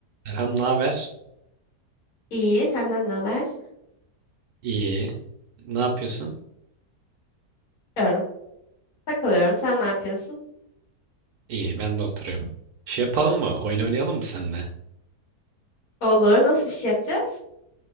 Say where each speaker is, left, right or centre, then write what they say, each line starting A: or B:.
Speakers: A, on the right (about 75°); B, on the left (about 65°).
A: Selam, ne haber?
B: İyi, senden ne haber?
A: İyi. Ne yapıyorsun?
B: Diyorum. Takılıyorum. Sen ne yapıyorsun?
A: İyi, ben de oturuyorum. Şey yapalım mı? Oyun oynayalım mı seninle?
B: Olur, nasıl bir şey yapacağız?